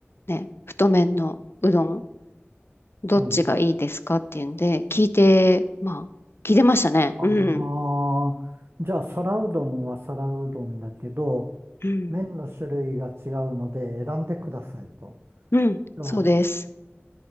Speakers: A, on the left; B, on the right.
A: ね、太麺のうどん。どっちがいいですかっていうんで、
B: はい。
A: 聞いて、まあ、聞いてましたね。
B: ああ、
A: うん。
B: じゃあ、皿うどんは皿うどんだけど、
A: うん。
B: 麺の種類が違うので選んでくださいと。
A: うん。
B: じゃあ、
A: そうです。